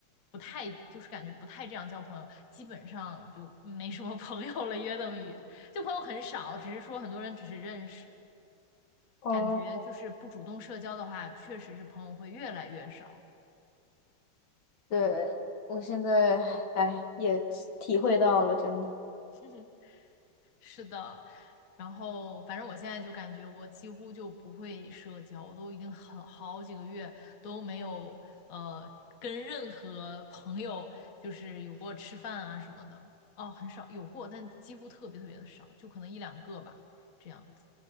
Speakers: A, on the left; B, on the left.
A: 不太就是感觉不太这样交朋友，基本上就没什么朋友了，约等于。就朋友很少，只是说很多人只是认识，
B: 哦，
A: 感觉就是不主动社交的话，确实是朋友会越来越少。
B: 对，我现在，哎，也体会到了，真的。
A: <laughs> 是的，然后反正我现在就感觉我几乎就不会社交，我都已经很好几个月都没有呃跟任何朋友就是有过吃饭啊什么的，哦，很少有过，但几乎特别特别的少，就可能一两个吧，这样子。